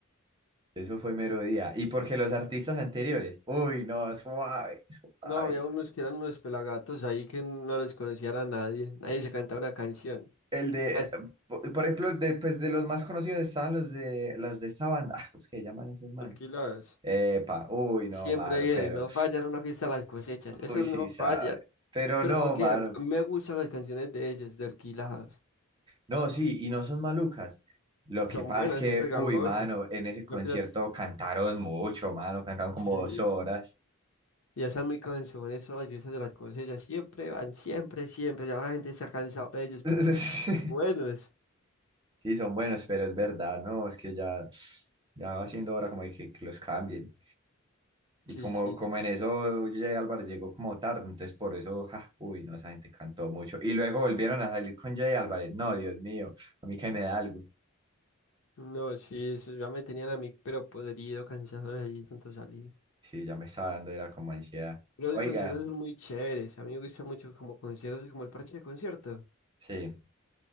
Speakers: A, on the right (about 20°); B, on the left (about 75°).
A: eso fue mero día. Y porque los artistas anteriores, uy, no, suave, suave,
B: No, había unos que eran unos pelagatos ahí que no los conocía a nadie. Nadie se cantaba una canción.
A: El de,
B: Las
A: po- por ejemplo, el de, pues, de los más conocidos estaban los de los de esta banda. Ah, ¿cómo es que llaman esos manes?
B: alquiladas.
A: Epa, uy, no,
B: Siempre
A: mano,
B: vienen,
A: pero.
B: no fallan una fiesta las cosechas. Esos
A: Uy, sí,
B: no
A: sabe.
B: fallan.
A: Pero
B: Pero
A: no,
B: ¿para qué?
A: mano.
B: A mí me gustan las canciones de ellos, de alquiladas.
A: No, sí, y no son malucas. Lo que
B: Son
A: pasa
B: buenas,
A: es que,
B: son pegajosas.
A: uy, mano, en ese concierto
B: Yo creo
A: cantaron mucho, mano, cantaron como
B: sí.
A: dos horas.
B: Ya están muy cansones son las fiestas de las cosechas. Siempre van, siempre, siempre. Ya la gente se ha cansado de ellos,
A: <laughs>
B: pero son buenos.
A: Sí, son buenos, pero es verdad, no, es que ya, ya va siendo hora como de que, que los cambien. Y
B: Sí,
A: como,
B: sí,
A: como
B: sí.
A: en eso Jay Álvarez llegó como tarde, entonces por eso, ja, uy, no, esa gente cantó mucho. Y luego volvieron a salir con Jay Álvarez. No, Dios mío, a mí que me da algo.
B: No, sí, eso ya me tenían a mí, pero podrido, cansado de ahí tanto salir.
A: Sí, ya me estaba dando, era como ansiedad.
B: Pero
A: Oiga,
B: Los conciertos son muy chéveres. A mí me gusta mucho como conciertos, como el parche de concierto.
A: sí.